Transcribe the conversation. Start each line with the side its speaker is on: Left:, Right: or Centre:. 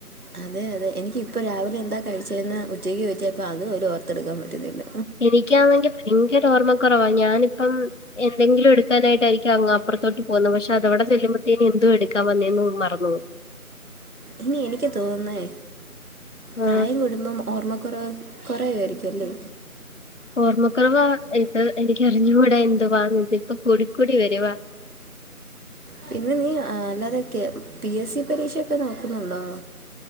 Right: അതെ അതെ എനിക്കിപ്പോ രാവിലെ എന്താ കഴിച്ചെന്ന് ഉച്ചയ്ക്ക് ചോയ്ച്ച പ്പൊ അത് പോലും ഓർത്തെടുക്കാൻ പറ്റുന്നില്ല
Left: എനിക്കാണെങ്കി ഭയങ്കര ഓർമ്മ കുറവാ ഞാനിപ്പം എന്തെങ്കിലും എടുക്കാനായിട്ടായിരിക്കും അങ്ങ് അപ്പുറത്തോട്ട് പോകുന്നേ പക്ഷെ അതവടെ ചെല്ലുമ്പത്തേന് എന്തുവാ എടുക്കാ വന്നേന്ന് മറന്ന്‌ പോവും <inaudible>
Right: ഇനി എനിക്ക് തോന്നുന്നേ
Left: ആ
Right: പ്രായം കൂടുമ്പം ഓർമ്മക്കുറവ് കൊറയുവായിരിക്കും അല്ലെ
Left: ഓർമ്മക്കുറവ ഇത് എനിക്കറിഞ്ഞുകൂടാ എന്തുവാന്നിത് ഇപ്പ കൂടിക്കൂടി വരുവാ <inaudible>
Right: പിന്നെ നീ അല്ലാതൊക്കെ പി എസ്സി പരീക്ഷൊക്കെ നോക്കുന്നുണ്ടോ